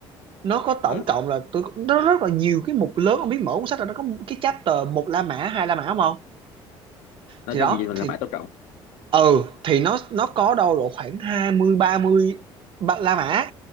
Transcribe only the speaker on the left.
ừ.
Nó
có gì mình
làm mãi tốt trọng.